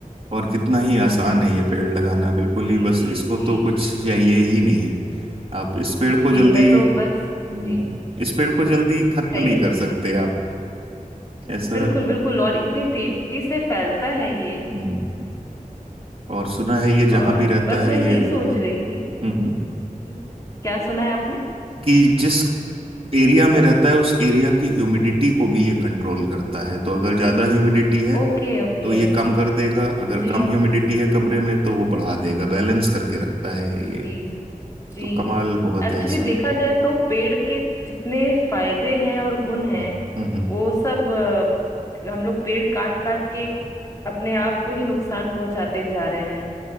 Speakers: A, on the right; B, on the left.
A: और कितना ही आसान है ये पेड़ लगाना बिल्कुल
B: जी
A: ही बस
B: जी
A: इसको
B: जी
A: तो कुछ चाहिए ही नहीं आप इस पेड़ को
B: जी
A: जल्दी
B: मैं तो बस
A: हम्म,
B: जी
A: इस पेड़ को जल्दी खत्म
B: कहिए
A: नहीं कर सकते आप ऐसा
B: बिल्कुल बिल्कुल और इतनी तेजी से फैलता है ये
A: हम्म, और सुना है ये
B: और
A: जहाँ भी रहता
B: बस
A: है
B: मैं
A: ये
B: ये सोच
A: हम्म
B: रही थी
A: हम्म
B: जी,
A: हम्म,
B: जी, क्या सुना है आपने
A: कि जिस एरिया में रहता है उस एरिया की ह्यूमिडिटी को भी ये कंट्रोल करता है तो अगर ज्यादा ह्यूमिडिटी है
B: Okay okay
A: तो ये कम कर देगा अगर
B: जी
A: कम ह्यूमिडिटी है कमरे में तो वो बढ़ा देगा बैलेंस करके रखता है
B: जी
A: ये
B: जी
A: तो कमाल बहुत
B: एक्चुअली
A: है इसमें
B: देखा जाए तो पेड़ के जितने फायदे हैं और गुण
A: हम्म
B: हैं
A: हम्म हम्म।
B: वो सब अ, हम लोग पेड़ काट काट के अपने आप को ही नुकसान पहुंचाते जा रहे हैं